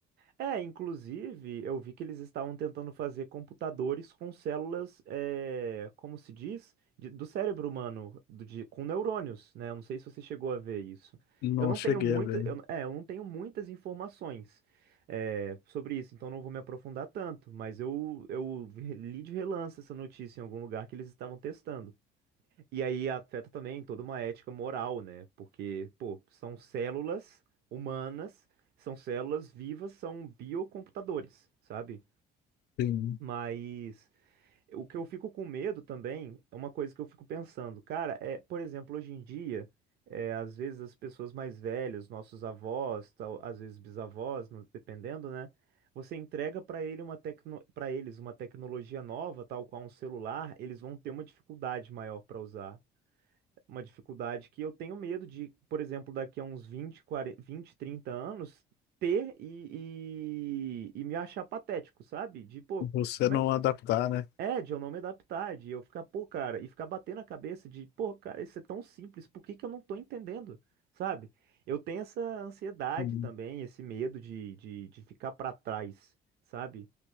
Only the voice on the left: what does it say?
Não
cheguei
a ver.
Sim,
você
não
adaptar, né?
Sim.